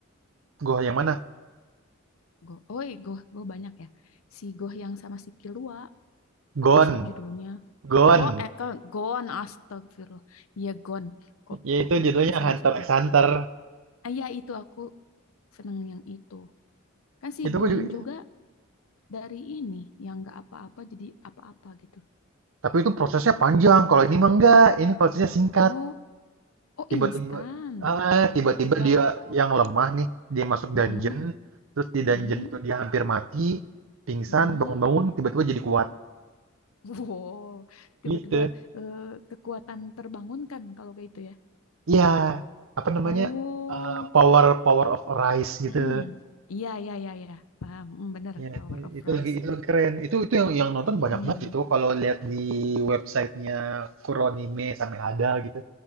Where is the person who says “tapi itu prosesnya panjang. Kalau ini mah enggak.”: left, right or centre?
Right